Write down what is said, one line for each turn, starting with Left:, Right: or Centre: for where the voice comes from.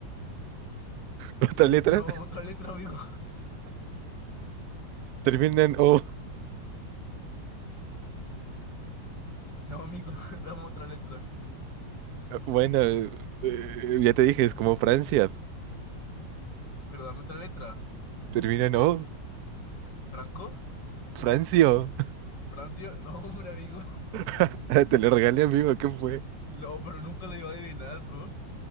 Right: otra letra,
Left: No, otra letra, amigo.
Right: termina en O.
Left: No, amigo, <laughs> dame otra letra.
Right: Bueno, eh, eh, ya te dije, es como Francia.
Left: Pero dame otra letra.
Right: Termina en O,
Left: ¿Franco?
Right: Francio.
Left: ¿Francio? No, hombre, amigo.
Right: <laughs> Te lo regalé, amigo, ¿qué fue?
Left: No, pero nunca lo iba a adivinar, bro.